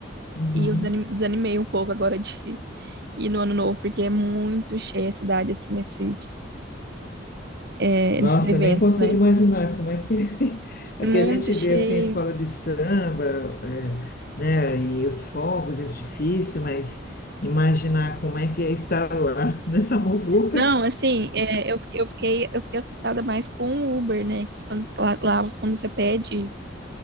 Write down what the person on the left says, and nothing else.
Uhum.
Nossa,
nem consigo
imaginar como é que <laughs> é
que a gente
vê assim a escola de samba, é, né, e os fogos de artifício, mas imaginar como é que é estar lá <laughs> nessa muvuca.